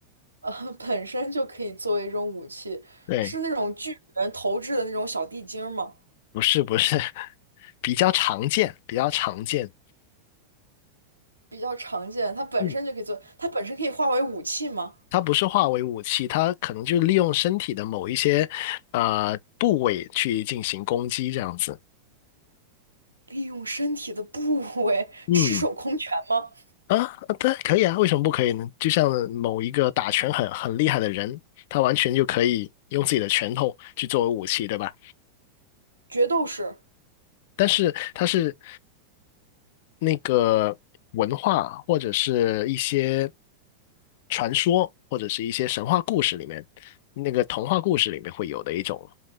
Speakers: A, on the right; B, on the left.
A: 呃，本身就可以作为一种武器，
B: 对，
A: 是那种巨人投掷的那种小地精儿吗？
B: 不是，不是，<laughs> 比较常见，比较常见。
A: 比较常见，它本身就可以做，
B: 嗯。
A: 它本身可以化为武器吗？
B: 它不是化为武器，它可能就利用身体的某一些呃部位去进行攻击这样子。
A: 利用身体的部位，
B: 嗯
A: 赤手空拳吗？
B: 啊，啊对，可以啊，为什么不可以呢？就像某一个打拳很很厉害的人，他完全就可以用自己的拳头去作为武器，对吧？
A: 决斗士，
B: 但是它是那个文化或者是一些传说或者是一些神话故事里面，那个童话故事里面会有的一种。